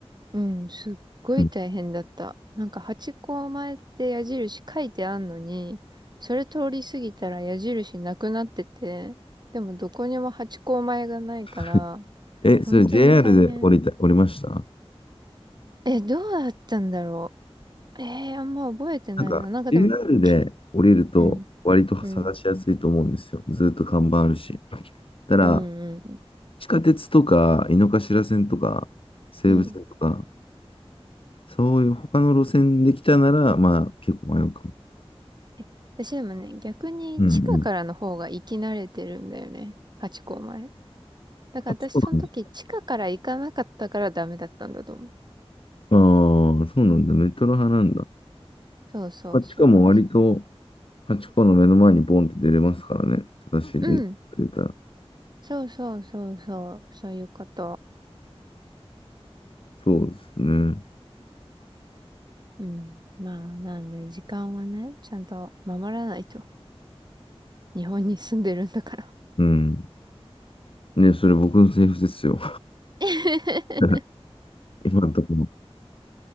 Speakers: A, on the right (about 40°); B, on the left (about 60°).
A: うん、すっごい大変だった。
B: うん。
A: なんかハチ公前って矢印書いてあんのに、それ通り過ぎたら矢印なくなってて、でもどこにもハチ公前がないから、
B: <laughs> え、それ
A: 本当に大変。
B: JR で降りた、降りました
A: え、どうだったんだろう。えー、あんま覚えてないな。
B: なんか、
A: なんかでも、
B: JR で降りると割と探しやすいと思うんですよ。
A: き、うん、うん、
B: ずっと看板あるし。ただ、
A: うん、うん、
B: 地下鉄とか、井の頭線とか、西武線とか、
A: うん。
B: そういう他の路線で来たなら、まあ結構迷うかも。
A: え私でもね、逆に地下からの方が行き慣れてるんだよね。
B: うんうん
A: ハチ公前。だから私その時地下から行かなかったからダメだったんだと思う。
B: あ、そうなんだ。ああ、そうなんだ。メトロ派なんだ。
A: そうそうそう。
B: まあ、しかも割と、
A: 私、
B: ハチの目の前にボンって出れますからね。正しいデータが出たら。
A: うん。そうそうそうそう。そういうこと。
B: そうですね。
A: うん。まあ、なんで、時間はね、ちゃんと守らないと。<laughs> 日本に住んでるんだから。
B: うん。ね、それ僕のセリフですよ。
A: <laughs>
B: <laughs> 今のところ。